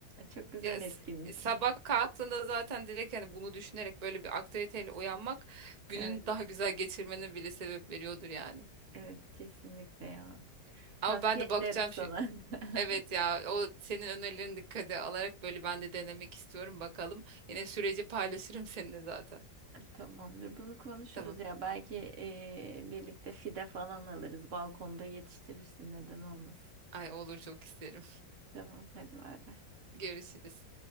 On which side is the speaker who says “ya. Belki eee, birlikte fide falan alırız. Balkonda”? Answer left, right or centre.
Right